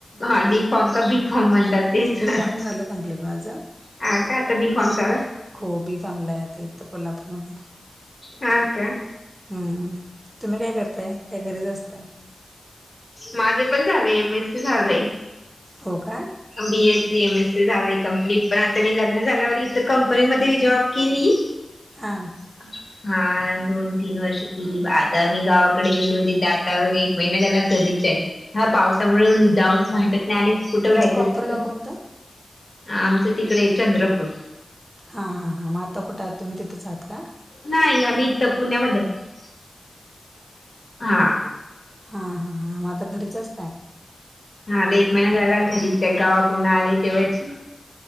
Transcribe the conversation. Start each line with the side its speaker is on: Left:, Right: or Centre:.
Left: हां. डी फार्म का बी फार्म म्हणतात. तेच
Right: डी
Left: हां.
Right: फार्म झालं कम्प्लीट माझं
Left: का आता बी फार्म चालूय?
Right: हो. बी फार्मला आहे इथ कोल्हापूरमध्ये.
Left: हां का?
Right: हं. तुम्ही काय करताय? काय घरीच असताय?
Left: माझे पण झालंय एम एस सी झालंय.
Right: हो का?
Left: B AC, M S C झालय कंप्लीट. पण आता मी लग्न झाल्यावर इथ कंपनीमध्ये मी जॉब केली.
Right: हां.
Left: <inaudible> हां दोन तीन वर्ष केली. आता मी गावाकडे गेली होती. आता एक महिना झाला कधी च्या ह्या पावसामुळे जाऊनच वाटत नाही. आणि कुठं
Right: तुमचं
Left: व्हायकन्सी
Right: प्रॉपर गाव
Left: पण
Right: कोणतं
Left: आमचं तिकडे चंद्रपूर.
Right: हां हां हां. मग आता कुठ आहात तुम्ही? तिथेच आहात का?
Left: नाही. आम्ही इथ पुण्यामध्ये आहोत. हां.
Right: हां हां हा. मग, आता घरीच असताय?
Left: हां आता एक महिना झाला घरीच आहे. गावाकडून आले तेव्हाची